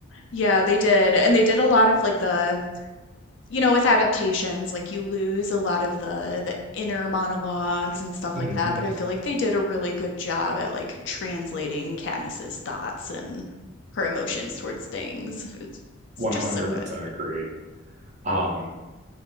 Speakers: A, on the left; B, on the right.
A: Yeah, they did. And they did a lot of like the you know, with adaptations, like you lose a lot of the the inner monologues and stuff
B: Mhm.
A: like that, but I feel like they did a really good job at like translating Katniss's thoughts and her emotions towards things. It was- It's
B: 100%
A: just so good.
B: agree. Um,